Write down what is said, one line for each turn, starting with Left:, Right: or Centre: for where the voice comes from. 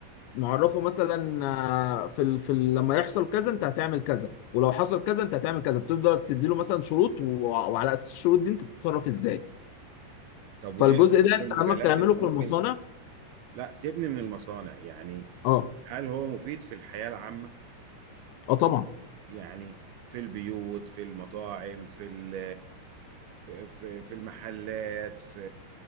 Left: معرفه مثلا آه، في ال... في ال... لما يحصل كذا أنت هتعمل كذا ولو حصل كذا أنت هتعمل كذا بتبدأ تديله مثلا شروط و... وعلى أساس الشروط دي أنت تتصرف إزاي
Right: طب وايه
Left: فالجزء
Right: اكتر
Left: ده أنت
Right: المجالات
Left: لما بتعمله
Right: اللي
Left: في
Right: ممكن
Left: المصانع
Right: لا سيبني من المصانع يعني
Left: أه
Right: هل هو مفيد في الحياة العامة
Left: أه طبعا
Right: يعني في البيوت في المطاعم في ال... في في المحلات في